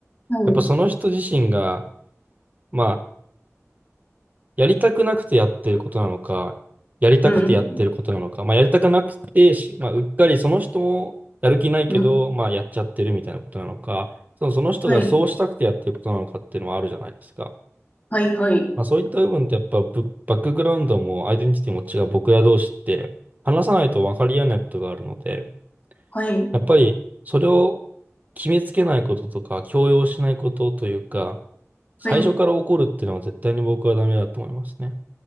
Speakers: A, on the left; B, on the right.
A: はい。
B: やっぱその人自身が、まあやりたくなくてやってることなのか、やりたくてやってることなのか、
A: うん、うん、
B: まあ、やりたくなくてし、まあ、うっかりその人もやる気ないけど、
A: うん、
B: まあ、やっちゃってるみたいなことなのか、その、その人がそうしたくてやってることなのかっていうのはあるじゃないですか。
A: はい、はい、はい、
B: まあ、そういった部分ってやっぱブバックグラウンドもアイデンティティも違う僕ら同士って話さないと分かり合えないことがあるので、
A: はい、
B: やっぱりそれを決めつけないこととか強要しないことというか、最初から怒るっていうのは絶対に僕はダメだと思いますね。
A: はい、